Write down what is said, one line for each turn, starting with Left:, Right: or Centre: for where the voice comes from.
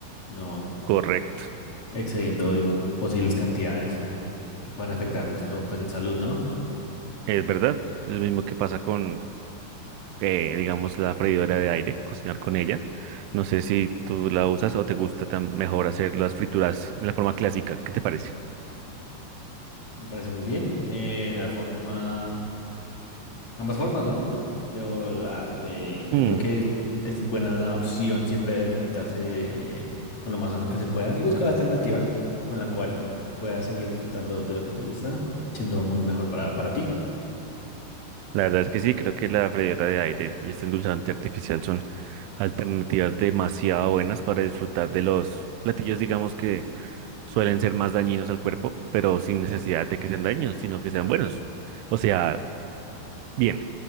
Left: no
Right: correcto.
Left: excediendo posibles cantidades que pueden afectar nuestro, pues, la salud, ¿no?
Right: Es verdad. Es lo mismo que pasa con, eh, digamos, la freidora de aire, cocinar con ella. No sé si tú la usas o te gusta tan mejor hacer las frituras de la forma clásica. ¿Qué te parece?
Left: Me parece muy bien. Eh, la forma, ambas formas, ¿no? Pues, pero la de,
Right: Mm.
Left: yo creo que es buena opción siempre alimentarse eh, con lo más sano que se pueda y buscar alternativas con la cual puedas seguir disfrutando de lo que te gusta, siendo muy mejor para, para ti.
Right: La verdad es que sí, creo que la freidora de aire y este endulzante artificial son alternativas demasiado buenas para disfrutar de los platillos, digamos que suelen ser más dañinos al cuerpo, pero sin necesidad de que sean dañinos, sino que sean buenos. O sea, bien,